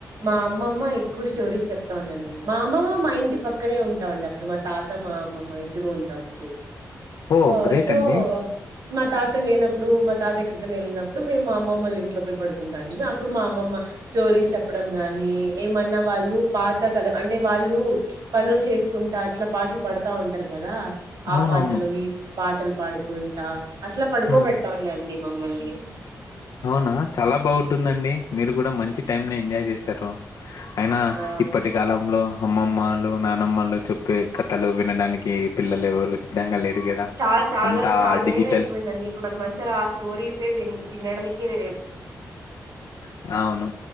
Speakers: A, on the right (about 75°); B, on the left (about 90°).
A: మా అమ్మమ్మ ఎక్కువ స్టోరీస్ చెప్. వస్తవుండే అనమాట మా అమ్మమ్మ మా ఇంటి పక్కనే ఉంటుండే అప్పుడు మా తాత మా అమ్మమ్మ ఇద్దరు ఉంటాండ్రి.
B: ఓ
A: ఆహ్
B: గ్రేట్
A: సో.
B: అండి
A: మా తాత లేనప్పుడు మా తాత ఎక్కడికైనా వెళ్ళినప్పుడు మేము మా అమ్మమ్మ వాళ్ళ ఇంట్లో పోయి పడుకుంటాండి అప్పుడు మా అమ్మమ్మ. స్టోరీస్ చెప్పడం గాని ఏమన్నా వాళ్ళు పాత కళ అంటే వాళ్ళు ఫ్చ్ పనులు చేస్. కుంటా అట్లా పాటలు పాడుతా ఉంటారు కదా ఆ
B: అవునవును
A: పాటలు ఈ పాటలు పాడుకుంటా. అట్లా పడుకోబడతా
B: హ్మ్.
A: ఉందండి మమ్మల్ని.
B: అవునా చాలా బాగుంటుందండి మీరు కూడా మంచి టైమ్ ని ఎంజాయ్ చేశారు. అయినా
A: ఆ
B: ఇప్పటి కాలంలో అమ్మమ్మలు నానమ్మలు చెప్. ఈ కథలు వినడానికి పిల్లలు ఎవరు సిద్ధంగా లేరు. కదా
A: చాల చాలా
B: అంతా
A: చాలా
B: డిజిటల్
A: రేర్ అయిపోయిందండి ఇప్పుడు మనం అస్సలు ఆ స్టోరీసే విన్ వినడానికి. కేరేలేదు.
B: ఆహ్ అవును